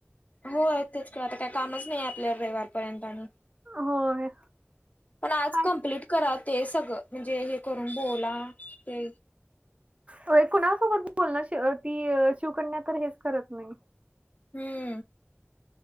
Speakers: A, on the left; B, on the right.
A: हो तेच की आता काही कामच नाही आपल्या रविवारपर्यंत आणि.
B: होय.
A: पण आज
B: पाय
A: कम्प्लीट कराव ते हे सगळं, म्हणजे हे करून बोला ते.
B: होय कुणासोबत बोलनार, ती शिवकन्या तर हेच करत नाही.
A: हम्म.